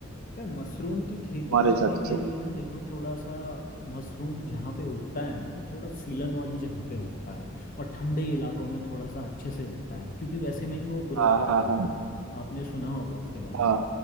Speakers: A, on the left; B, on the right.
A: यार मशरूम की खेती
B: तुम्हारे
A: करने
B: हिसाब
A: के
B: से
A: लिए ना देखो थोड़ा सा मशरूम जहाँ पे उगता है ना वो थोड़ा सीलन वाली जगह पे उगता है और ठंडे इलाकों में थोड़ा सा अच्छे से उगता है क्योंकि वैसे में ही वो ग्रो
B: हाँ
A: करता
B: हाँ हाँ
A: है आपने सुना होगा उसके बारे
B: हाँ
A: में